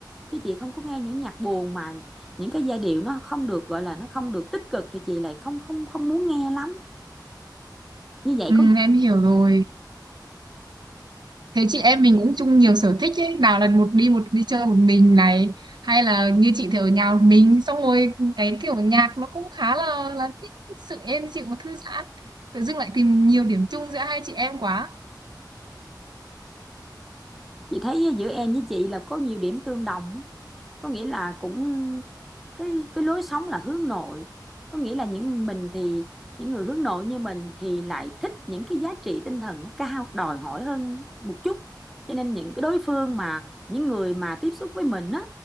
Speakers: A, in the centre; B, on the right.
A: chứ chị không có nghe những nhạc buồn mà những cái giai điệu nó không được gọi là nó không được tích cực thì chị lại không không không muốn nghe lắm như vậy
B: ừ,
A: có
B: em hiểu rồi thế chị em mình cũng chung nhiều sở thích ấy nào là một đi một đi chơi một mình này hay là như chị thì ở nhà một mình xong rồi cái kiểu nhạc nó cũng khá là là thích sự êm dịu và thư giãn tự dưng lại tìm nhiều điểm chung giữa hai chị em quá
A: chị thấy giữa em với chị là có nhiều điểm tương đồng có nghĩa là cũng cái cái lối sống là hướng nội có nghĩa là những mình thì những người hướng nội như mình thì lại thích những cái giá trị tinh thần nó cao đòi hỏi hơn một chút cho nên những cái đối phương mà những người mà tiếp xúc với mình á